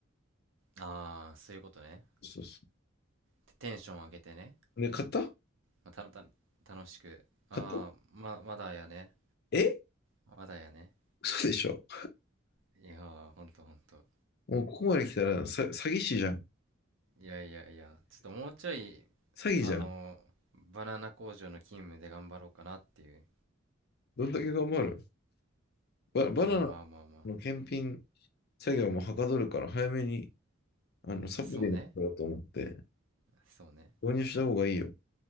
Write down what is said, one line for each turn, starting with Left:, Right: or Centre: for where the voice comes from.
Right: ああ、そういうことね。
Left: そうそ
Right: テテンション上げてね。
Left: う。で、買った
Right: まあ、たの、たの、楽しく。ああ、
Left: 買った
Right: ま、まだやね。
Left: え
Right: まだやね。
Left: 嘘でしょ
Right: いやー、ほんとほんと。
Left: もうここまで来たらさ、詐欺師じゃん。
Right: いやいやいや、ちょっともうちょい、
Left: 詐欺じゃん。
Right: あのー、バナナ工場の勤務で頑張ろうかなっていう。
Left: どんだけ頑張るバ、バナナ
Right: いや、まあまあま
Left: の検品作業もはかどるから、早めに、あの、サプリのことだと思って、
Right: あ。そうね。そうね。
Left: 導入した方がいいよ。